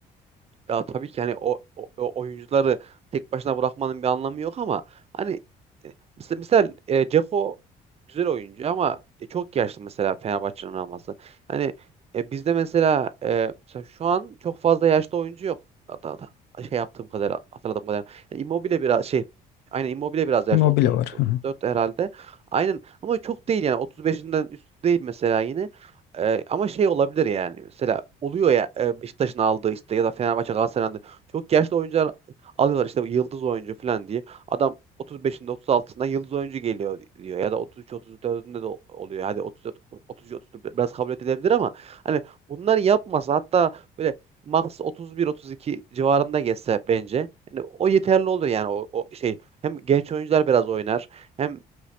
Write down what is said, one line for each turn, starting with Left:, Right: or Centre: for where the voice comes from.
Right: Ya tabii ki hani o, o- o oyuncuları tek başına bırakmanın bir anlamı yok ama hani e, mesela, mesela e, Dzeko güzel oyuncu ama e, çok yaşlı mesela Fenerbahçe'nin alması. Hani e, bizde mesela, e, mesela şu an çok fazla yaşlı oyuncu yok. Hatta, hatta şey yaptığım kadar hatırladığım kadar. Yani Immobile biraz şey aynen Immobile biraz yaşlı
Left: Immobile
Right: 33
Left: var.
Right: 34
Left: Hı hı.
Right: herhalde. Aynen ama çok değil yani 35'inden üstü değil mesela yine. Ee, ama şey olabilir yani mesela oluyor ya e, Beşiktaş'ın aldığı işte ya da Fenerbahçe Galatasaray'ın aldığı çok yaşlı oyuncular alıyorlar işte yıldız oyuncu falan diye. Adam 35'inde 36'sında yıldız oyuncu geliyor diyor ya da 33-34'ünde de oluyor. Hadi 33-34 biraz kabul edilebilir ama hani bunları yapmasa hatta böyle max 31-32 civarında geçse bence yani o yeterli olur yani o, o şey hem genç oyuncular biraz oynar hem